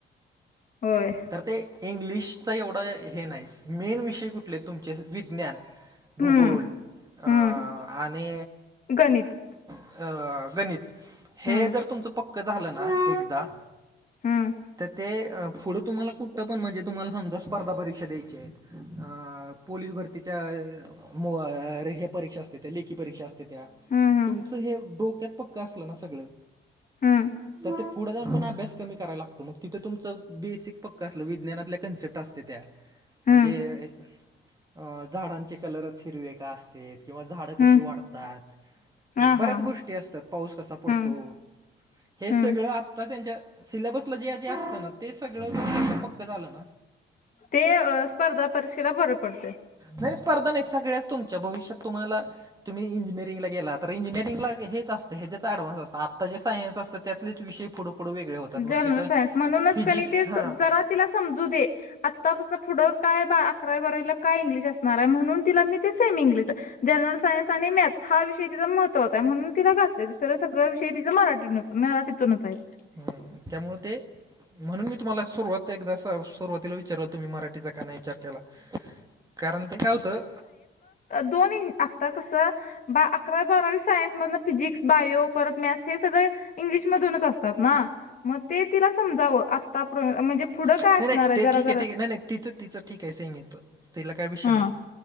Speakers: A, on the left; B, on the right.
A: होय.
B: तर ते इंग्लिशचा एवढा हे नाही. मेन विषय कुठले तुमचे विज्ञान. भूगोल
A: हम्म
B: अ
A: हम्म
B: आणि
A: गणित.
B: अ गणित. हे
A: हम्म
B: जर तुमचं पक्क झालं ना एकदा.
A: हम्म.
B: तर ते पुढं तुम्हाला कुठं पण म्हणजे. तुम्हाला समजा स्पर्धा परीक्षा द्यायच्या आहेत. अ पोलीस भरतीच्या. मो हे परीक्षा असते त्या. लेखी परीक्षा असते त्या.
A: ह. ह.
B: तुमचं हे डोक्यात पक्क असल ना सगळ.
A: हम्म.
B: तर ते पुढे जाऊन पण अभ्यास कमी कराय लागतो. मग तिथे तुमचं बेसिक पक्क असल, विज्ञनातल्या कन्सेप्टट. असते त्या.
A: हम्म
B: म्हणजे झाडांचे कलरच हिरवे का असते. किंवा झाडं
A: हम्म
B: कशी वाढतात.
A: हा
B: बऱ्याच
A: हा
B: गोष्टी
A: हा
B: असतात. पाऊस कसा पडतो.
A: हम्म
B: हे
A: हम्म
B: सगळं आत्ता त्यांच्या सिलेबसला जे जे असत ना. ते सगळं पक्क झालं ना.
A: ते स्पर्धा परीक्षेला बर पडते.
B: नाही स्पर्धा नाही. सगळ्याच तुमच्या. भविष्यात तुम्हाला तुम्ही इंजिनिअरिंगला गेला. इंजिनेरिंग ला हेच असंत. हे जच ऑडव्ह्स असत. आता जे सायन् असतात त्यालेच विषय पुढे पुढे वेगळे. होतात मग
A: जनरल
B: तिथं
A: सायन्स. म्हणूनच
B: फिजिक्स
A: कनी ते
B: हां
A: जरा तिला समजू दे. आत्तापासून पुढं काय अकरावी बारावीला काय इंग्लिश असणारे. म्हणून तिला मी ते सेम इंग्लिशला जनरल सायन्स आणि मॅथस हा विषय तिचा महत्वाचा आहे. म्हणून तिला घातलंय. दुसरं सगळ विषय तिचं मराठीतून. मराठीतूनच आहेत.
B: हम्म हम्म. त्यामुळे ते. म्हणून मी तुम्हाला सुरुवात एकदा सुरुवातीला विचारल तुम्ही मराठीचा का नाही विचार केला. कारण ते काय होतं.
A: दोन्ही आता कसं. बा अकरावी बारावी सायन्स मधन. फिजिक्स बायो परत मॅथ्स हे सगळे. इंग्लिशमधूनच असतात ना. मग ते तिला समजावं. आता म्हणजे पुढं काय
B: नाही
A: असणारे.
B: नाही ते
A: जरा
B: ठीक आहे
A: जरा.
B: ठीक आहे नाही नाही तिच तिचं ठीके. सेमे तो तिला काय विष
A: हम्म
B: नाही.